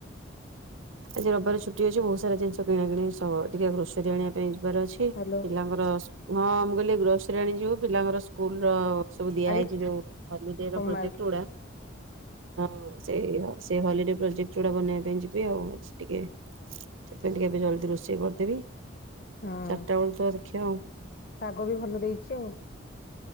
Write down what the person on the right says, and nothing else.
ଆଜି ରବିବାର ଛୁଟି ଅଛି ବହୁତ ସାରା ଜିନିଷ କିଣା କିଣି ସ ଟିକେ ଗ୍ରୋସରୀ ଆଣିବା ପାଇଁ ଯି ବାର ଅଛି
ପିଲାଙ୍କର ସୁ ହଁ, ମୁଁ କହିଲି ଗ୍ରୋସରୀ ଆଣି ଯିବୁ, ପିଲାଙ୍କର ସ୍କୁଲର-ଅ। ସବୁ ଦିଆହେଇଛି
ଯଉ ହଲିଡେ ର
ପ୍ରୋଜେକ୍ଟ। ଚୁଡା ହଁ ସେଇ ବାସ ସେ ହଲିଡେ ପ୍ରୋଜେକ୍ଟ ଯୁଡା ବନେଇବା ପାଇଁ ଯିବି ଆଉ ଆଜି ଟିକେ ସେଥିପାଇଁ ଟିକେ ଏବେ ଜଲ୍ଦି ରୋଷେଇ କରିଦେବି ।
ଚାରିଟା ଓଳୁ ତ ଦେଖ <unintelligible>